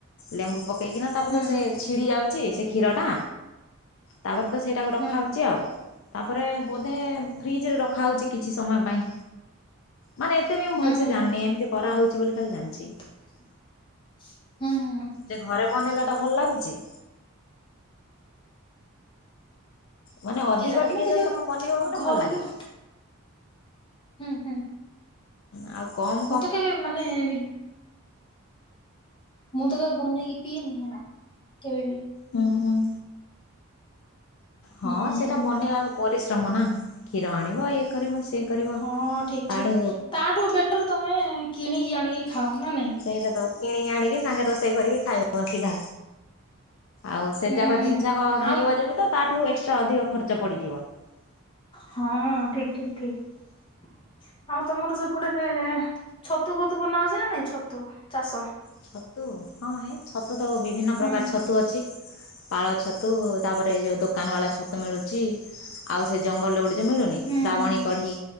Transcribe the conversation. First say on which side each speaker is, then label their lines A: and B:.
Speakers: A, on the left; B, on the left.
A: ଲେମ୍ବୁ ପକେଇକିନା ତାପରେ
B: ହୁଁ
A: ତ ସେ ଛିଡ଼ି ଯାଉଛି ସେ କ୍ଷୀରଟା। ତାପରେ ତ ସେଇଟାକୁ ରଖାହଉଛି
B: ହୁଁ
A: ଆଉ। ତାପରେ ବୋଧେ ଫ୍ରିଜ ରେ ରଖାହଉଛି କିଛି ସମୟ ପାଇଁ। ମାନେ ଏତେ ବି ମୁଁ
B: ହୁଁ
A: ଭଲସେ
B: ହୁଁ
A: ଜାଣିନି
B: ହୁଁ
A: ଏମିତି କରାହଉଛି ବୋଲି ଖାଲି ଜାଣିଛି।
B: ହୁଁ ହୁଁ ହୁଁ
A: ଯେ ଘରେ ବନେଇଲା ଟା ଭଲ ଲାଗୁଛି। ମାନେ ଅଧିକ
B: କେ ଜାଣେ
A: ଟିକେ
B: ମୁଁ ତ
A: ଯଦି
B: କେବେ
A: ତୁମେ ବନେଇବ ବୋଲେ
B: ଘରେ
A: ଭଲ ଲାଗିବ
B: କି ହୁଁ ହୁଁ
A: ହୁଁ ଆଉ କ
B: ମୁଁ ତ କେବେ ମାନେ ମୁଁ ତ କେବେ ବନେଇକି ପିଇନି ହେନା କେବେ ବି।
A: ହଁ ହଁ ହଁ
B: ହୁଁ
A: ସେଇଟା ବନେଇବା ପରିଶ୍ରମ ନା କ୍ଷୀର ଆଣିବ ଇଏ କରିବ ସିଏ କରିବ।
B: ହଁ ଠିକ
A: ତାଠୁ
B: ଠିକ ତାଠୁ ବେଟର ତମେ କିଣିକି ଆଣିକି ଖାଅ ନା ନାଇଁ।
A: ସେଇଟା ତ କିଣିକି ଆଣିକି ସାଙ୍ଗେ ରୋଷେଇ କରିକି ଖାଇବ ସିଧା। ଆଉ ସେ
B: ହୁଁ
A: ଯାକ ଜିନିଷ ଯାକ
B: ଆଉ
A: କିଣିବ ଯଦି ତ ତାଠୁ ଏକ୍ସଟ୍ରା ଅଧିକ ଖର୍ଚ୍ଚ ପଡିଯିବ।
B: ହଁ ଠିକ୍ ଠିକ୍ ଠିକ୍। ଆଉ ତମର ସେପଟେ ଏ ଛତୁ ଫତୁ ବନା ହଉଛି ନା ନାଇଁ ଛତୁ ଚାଷ।
A: ଛତୁ ହଁ ହେ ଛତୁ ତ ବିଭିନ୍ନ
B: ହୁଁ
A: ପ୍ରକାର ଛତୁ ଅଛି। ପାଳ ଛତୁ ତାପରେ ଏ ଯୋଉ ଦୋକାନ ବାଲା ଛତୁ ମିଳୁଛି ଆଉ ସେ ଜଙ୍ଗଲରେ ଗୁଟେ। ଯୋଉ ମିଳିନି
B: ହୁଁ
A: ଶ୍ରାବଣୀ
B: ହୁଁ
A: କଢ଼ି